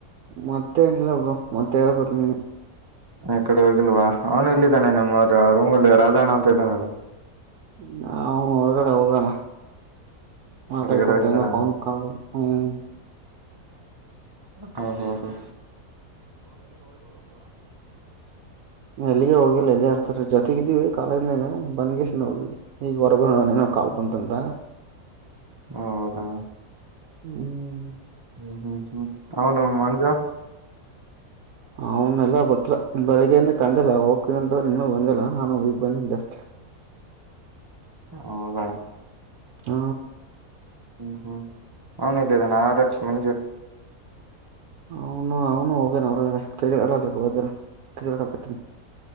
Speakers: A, on the right (about 80°); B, on the right (about 25°).
A: ಮತ್ತೆ ಎಲ್ಲ ಮತ್ತೆಲ್ಲನೆ
B: ಈ ಕಡೆ ಹೋಗಿಲ್ವಾ ಅವನು ಇಲ್ಲಿದ್ದಾನೆ ನಿಮ್ಮ್ರ ರೂಮ್ಲ್ಲಿ ರಾಜಣ್ಣ ಅಂತ ಇದ್ದಾನ ಅಲ್ಲ.
A: ಹ ಹ ಅವಗಡೆ ಹಗಣ ಮಾತಾಡ್ಕೊತಂದ
B: ಹೊರಗಡೆ ಹೋಗಿದ್ದಾನ
A: ಪೌನ್ ಕಬ ಹ್ಮ್
B: ಹಾ ಹಾ ಹಾ
A: ಎಲ್ಲಿಗೆ ಹೋಗಿಲ್ಲದೆ. ಜೊತೆಗ ಇದೀವಿ ಕಾಲೇಜ್ನಾಗ ಬಂದ್ಷ್ಟ ನೋಗ್ವಿ ಈಗ ಹೊರಗೋವನ ಕಾಲ್ ಬಂತಂತ
B: ಹ ಹೌದಾ.
A: ಹ್ಮ್.
B: ಹ್ಮ್ ಹ್ಮ್ ಹ್ಮ್ ತಾವ ನ ಮಂಜ
A: ಅವನಲ್ಲ ಗೊತ್ತಿಲ್ಲಾ ಬೆಳಿಗ್ಗೆಯಿಂದ ಕಂಡಲ್ಲ ಹೋಗ ತ ನಿನ್ನ ಬಂದಲ್ಲ ನಾನು ಈಗ ಬಂದಿ ಜಾಸ್ಟ್
B: ಹದಾ.
A: ಹಾ.
B: ಹ್ಮ್ ಹ್ಮ್ ಹನ ಇದ್ದದಾನ ಆರಕ್ಷ ಮಂಜೂ
A: ಅವನು ಅವನು ಹೋಗ್ಯಾನ ಅವ್ರ ಕ್ರಿಕೆಟ್ ಆಡ್ರ ಹೋಗ ಕ್ರಿಕೆಟ್ ಆತನಿ